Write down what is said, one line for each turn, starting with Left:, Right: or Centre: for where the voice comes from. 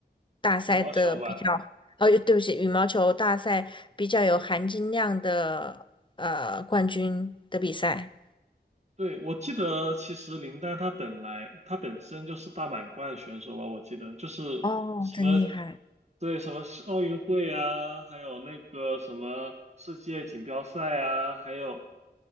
Left: 大赛的比较？
Right: 羽毛球吧。
Left: 哦，对不起，羽毛球大赛比较有含金量的呃冠军的比赛。
Right: 对，我记得其实林丹他本来他本身就是大满贯选手吧，我记得就是什么，
Left: 哦，真厉害。
Right: 对，什么世奥运会啊，还有那个什么世界锦标赛啊，还有